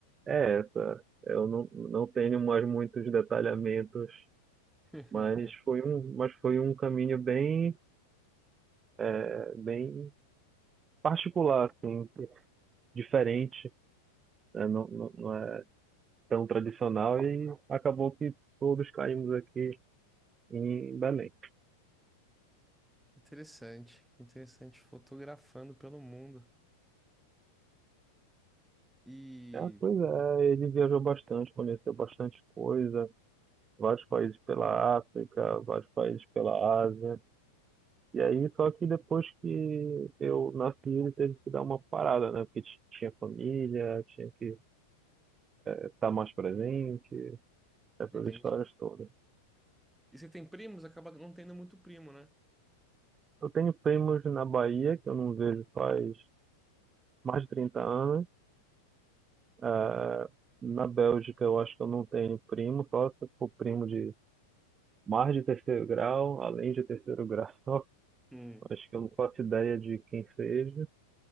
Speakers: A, on the right; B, in the centre.
A: é essa. Eu não, não tenho mais muitos detalhamentos
B: <laughs>
A: Mas foi um, mas foi um caminho bem, eh, bem particular, assim, diferente, né? Não, não, não é tão tradicional e acabou que todos caímos aqui em Belém.
B: Que interessante, que interessante. Fotografando pelo mundo. E.
A: Ah, pois é, ele viajou bastante, conheceu bastante coisa, vários países pela África, vários países pela Ásia. E aí, só que depois que eu nasci, ele teve que dar uma parada, né? Porque ti- tinha família, tinha que estar mais presente, essas
B: Entendi.
A: histórias todas.
B: E você tem primos? Acaba não tendo muito primo, né?
A: Eu tenho primos na Bahia, que eu não vejo faz mais de 30 anos. Ah, na Bélgica, eu acho que eu não tenho primo, só se for primo de mais de terceiro grau, além de terceiro grau. <laughs>
B: Hum.
A: Acho que eu não faço ideia de quem seja.